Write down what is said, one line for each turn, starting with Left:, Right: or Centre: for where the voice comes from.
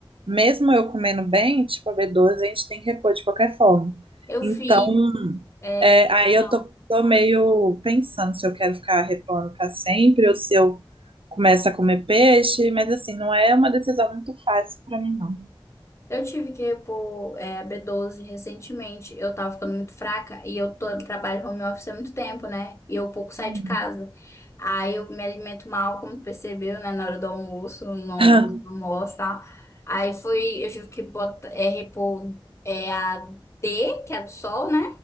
Right: mesmo eu comendo bem, tipo a b doze a gente tem que repor de qualquer forma.
Left: Eu
Right: Então,
Left: fiz. é,
Right: É, aí eu
Left: Não.
Right: tô, tô meio pensando se eu quero ficar repondo para sempre ou se eu começo a comer peixe, mas assim, não é uma decisão muito fácil para mim, não.
Left: eu tive que repor é, b doze recentemente. Eu tava ficando muito fraca e eu tô, trabalho home office há muito tempo, né? E eu pouco saio
Right: Uhum.
Left: de casa. Aí eu me alimento mal, como percebeu, né? Na hora do almoço, não,
Right: <laughs>
Left: não almoço, tá? Aí foi. Eu tive que botar, é, repor é, a D, que é a do sol, né?